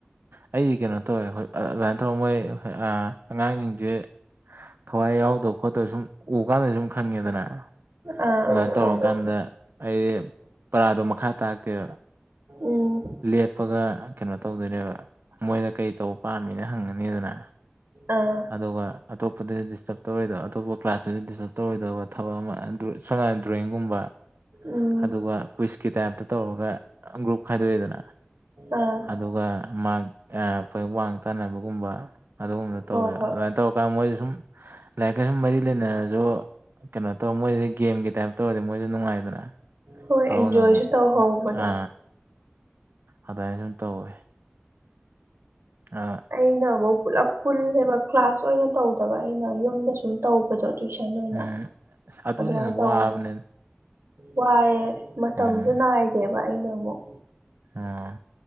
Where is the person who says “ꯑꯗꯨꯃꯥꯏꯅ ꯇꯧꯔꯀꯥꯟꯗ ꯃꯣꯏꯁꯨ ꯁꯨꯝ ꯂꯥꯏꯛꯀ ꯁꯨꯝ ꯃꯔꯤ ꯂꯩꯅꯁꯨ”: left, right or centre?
Right